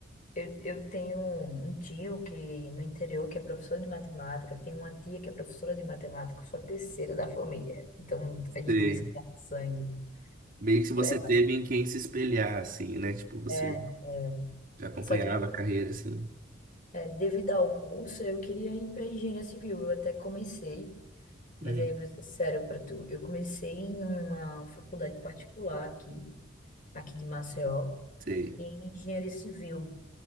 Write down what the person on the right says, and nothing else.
Sei.
Meio que se você
teve em quem se espelhar, assim, né? Tipo, você
já acompanhava
a carreira, assim.
Uhum,
sei.